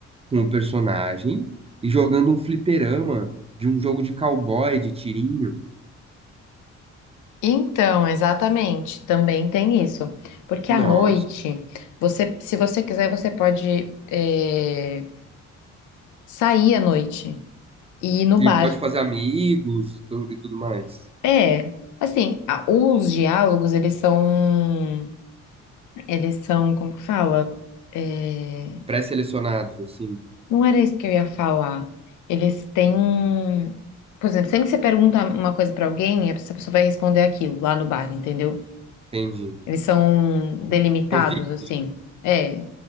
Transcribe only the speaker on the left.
Então, exatamente, também tem isso. Porque
à noite, você, se você quiser, você pode é, sair à noite e ir no bar.
É, assim, a- os diálogos, eles são, eles são, como que fala? Eh,
Não era isso que eu ia falar. Eles têm um. Por exemplo, sempre que você pergunta uma coisa pra alguém, essa pessoa vai responder aquilo lá no bar, entendeu?
Eles são delimitados,
assim. É,